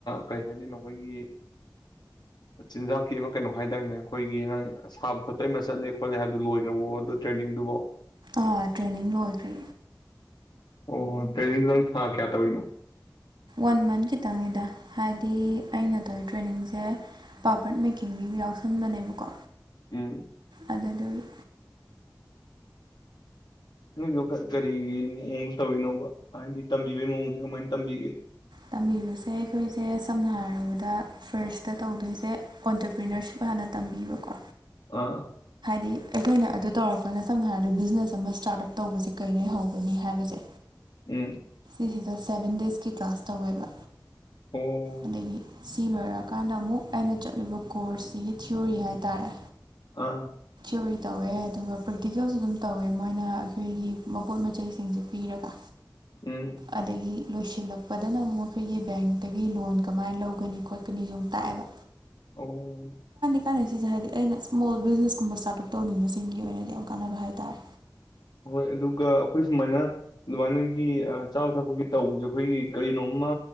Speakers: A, on the left (about 75°); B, on the right (about 85°).
A: ꯀꯩ ꯍꯥꯏꯗꯣꯏꯅꯣ ꯑꯩꯈꯣꯏꯒꯤ ꯆꯤꯟꯖꯥꯛꯀꯤ ꯑꯃ ꯀꯩꯅꯣ ꯍꯥꯏꯗꯥꯢꯅꯦ ꯑꯩꯈꯣꯏꯒꯤ ꯅꯪ ꯁꯥꯕ ꯈꯣꯠꯄ ꯑꯃ ꯆꯠꯂꯦ ꯈꯣꯠꯂꯦ ꯍꯥꯏꯕꯗꯨ ꯂꯣꯏꯈ꯭ꯔꯕꯣ ꯑꯗꯨ ꯇ꯭ꯔꯦꯟꯅꯤꯡꯗꯨꯕꯣ
B: ꯑꯥ ꯇ꯭ꯔꯦꯅꯤꯡ ꯂꯣꯏꯈ꯭ꯔꯦ
A: ꯑꯣ ꯇꯦꯟꯅꯤꯡ ꯑꯗꯨꯝ ꯊꯥ ꯀꯌꯥ ꯇꯧꯔꯤꯅꯣ
B: ꯋꯥꯟ ꯃꯟꯠ ꯈꯤꯇꯪꯅꯤꯗ ꯍꯥꯏꯗꯤ ꯑꯩꯅ ꯇꯧꯋꯤ ꯇ꯭ꯔꯦꯅꯤꯡꯁꯦ ꯄꯥꯄ꯭ꯔꯠ ꯃꯦꯀꯤꯡꯒꯤ ꯌꯥꯎꯁꯟꯕꯅꯦꯕꯀꯣ
A: ꯎꯝ
B: ꯑꯗꯨꯗꯨꯒꯤ
A: ꯅꯣꯢꯗꯣ ꯀ ꯀꯔꯤꯒꯤ ꯃꯑꯣꯡ ꯇꯧꯔꯤꯅꯣꯕ ꯍꯥꯏꯗꯤ ꯇꯝꯕꯤꯕꯒꯤ ꯃꯑꯣꯡꯁꯦ ꯀꯃꯥꯏꯅ ꯇꯝꯕꯤꯒꯦ
B: ꯇꯝꯕꯤꯕꯁꯦ ꯑꯩꯈꯣꯏꯁꯦ ꯁꯝꯅ ꯍꯥꯏꯔꯕꯗ ꯐꯥꯔꯁꯇ ꯇꯧꯗꯣꯏꯁꯦ ꯑꯣꯟꯇꯔꯄ꯭ꯔꯤꯅꯔꯁꯤꯞ ꯍꯥꯟꯅ ꯇꯝꯕꯤꯕꯀꯣ
A: ꯑꯥ
B: ꯗꯤ ꯑꯩꯈꯣꯏꯅ ꯑꯗꯨ ꯇꯧꯔꯀꯥꯟꯗ ꯁꯝꯅ ꯍꯥꯏꯔꯕꯗ ꯕꯤꯖꯤꯅꯦꯁ ꯑꯃ ꯁ꯭ꯇꯥꯔꯠ ꯑꯞ ꯇꯧꯕꯁꯦ ꯀꯩꯗꯩ ꯍꯧꯒꯅꯤ ꯍꯥꯏꯕꯁꯦ
A: ꯎꯝ
B: ꯁꯤꯁꯤꯗ ꯁꯦꯚꯦꯟ ꯗꯦꯁꯀꯤ ꯀ꯭ꯂꯥꯁ ꯇꯧꯋꯦꯕ
A: ꯑꯣ
B: ꯑꯗꯒꯤ ꯁꯤ ꯂꯣꯏꯔꯛꯀꯥꯟꯗ ꯑꯃꯨꯛ ꯑꯩꯅ ꯆꯠꯂꯤꯕ ꯀꯣꯔꯁꯁꯤꯒꯤ ꯊꯤꯑꯣꯔꯤ ꯍꯥꯏꯇꯥꯔꯦ
A: ꯑꯥ
B: ꯑꯗꯨꯢ ꯇꯧꯋꯦ ꯑꯗꯨꯒ ꯄ꯭ꯔꯦꯛꯇꯤꯀꯦꯜꯁꯨ ꯑꯗꯨꯝ ꯇꯧꯋꯦ ꯃꯣꯏꯅ ꯑꯩꯈꯣꯏꯒꯤ ꯃꯄꯣꯠ ꯃꯆꯩꯁꯤꯡꯁꯦ ꯄꯤꯔꯒ
A: ꯎꯝ
B: ꯑꯗꯒꯤ ꯂꯣꯏꯁꯤꯜꯂꯛꯄꯗꯅ ꯑꯃꯨꯛ ꯑꯩꯈꯣꯏꯒꯤ ꯕꯦꯡꯇꯒꯤ ꯂꯣꯟ ꯀꯃꯥꯏꯅ ꯂꯧꯒꯅꯤ ꯈꯣꯠꯀꯅꯤꯁꯨꯨ ꯃꯨꯛ ꯇꯥꯛꯑꯦꯕ
A: ꯑꯣ
B: ꯆꯥꯟꯅꯩꯁꯤꯁꯦ ꯍꯥꯏꯗꯤ ꯑꯩꯅ ꯏꯁꯃꯣꯜ ꯕꯤꯖꯤꯅꯦꯁꯀꯨꯝꯕ ꯁ꯭ꯇꯥꯔꯠ ꯑꯞ ꯇꯧꯅꯤꯡꯕꯁꯤꯡꯒꯤ ꯑꯣꯏꯅꯗꯤ ꯌꯥꯝ ꯀꯥꯟꯅꯕ ꯍꯥꯏꯇꯥꯔꯦ
A: ꯍꯣꯏ ꯑꯗꯨꯒ ꯑꯩꯈꯣꯏ ꯁꯨꯃꯥꯏꯅ ꯑꯗꯨꯃꯥꯏꯅꯒꯤ ꯆꯥꯕ ꯊꯛꯄꯒꯤ ꯇꯧꯕꯁꯦ ꯑꯩꯈꯣꯏꯒꯤ ꯀꯔꯤꯅꯣꯝ ꯑꯃ